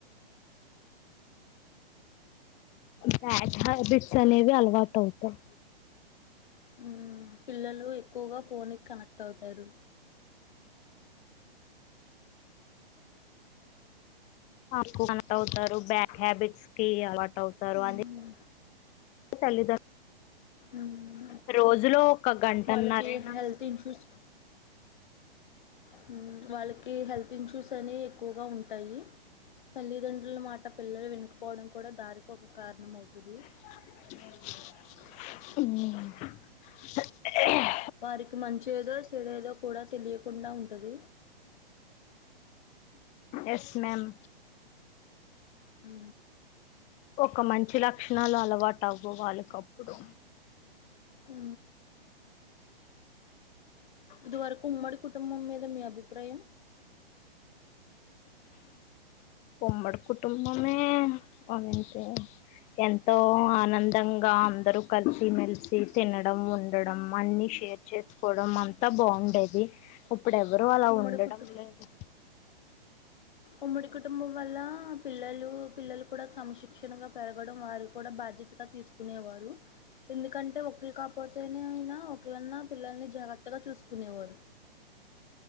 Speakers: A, on the left; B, on the left.
A: బ్యాడ్ హ్యాబిట్స్ అనేవి అలవాటు అవుతాయి
B: హమ్ పిల్లలు ఎక్కువగా ఫోన్కి కనెక్ట్ అట్ అవుతారు
A: అట్ అవుతారు బ్యాడ్ హ్యాబిట్స్ కి అలవాట్ అవుతారు
B: మ్మ్
A: అది తల్లిదండ్రులు
B: మ్మ్
A: రోజులో ఒక గంటన్నరైనా
B: వాళ్ళకి హెల్త్ ఇన్యూస్ హమ్ వాళ్ళకి హెల్త్ ఇన్ష్యూస్ అని ఎక్కువగా ఉంటాయి తల్లిదండ్రుల మాట పిల్లలు వినుకపోవడం కూడా దానికి ఒక కారణం అవుతది
A: ఉ
B: వారికి మంచిేదో చేడేదో కూడా తెలియకుండా ఉంటది
A: ఎస్ మేమ్
B: అ
A: ఒక మంచి లక్షణాలు అలవాటు అవ్వవు వాళ్ళకప్పుడు
B: ఉ ఇది వరకు ఉమ్మడి కుటుంబం మీద మీ అభిప్రాయం
A: ఉమ్మడి కుటుంబమే అదంటే ఎంతో ఆనందంగా అందరూ కలిసి మెలిసి తినడం ఉండ డం అన్ని షేర్ చేసుకోవడం అం అంతా బాగుండేది ఇప్పుడు ఏ ఎవరు అలా
B: ఉమ్మడి
A: ఉండడం
B: కుటు
A: లేదు
B: ఉమ్మడి కుటుంబం వల్ల పిల్లలు పిల్లలు కూడా క్రమశిక్షణగా పెరగడం వారు కూడా బాధ్యతగా తీసుకునేవారు ఎందుకంటే ఒకరు కాకపోతేనే అయినా ఒకలన్నా పిల్లల్ని జాగ్రత్తగా చూసుకునేవారు